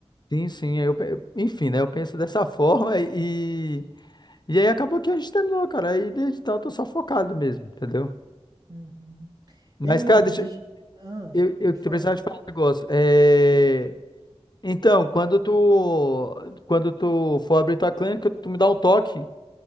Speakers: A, on the left (about 40°); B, on the right (about 40°).
A: Sim, sim. aí Eu, pe- enfim, né? Eu penso dessa <laughs> forma e. E aí acabou que a gente terminou, cara. Aí desde então eu tô só focado mesmo, entendeu?
B: Uhum.
A: Mas,
B: E, mano,
A: cara, deixa
B: deixa. Ah,
A: eu, eu, eu
B: pode
A: precisava
B: falar.
A: te falar um negócio. É.
B: Hum,
A: Então, quando tu, quando tu for abrir tua clínica, tu me dá um toque,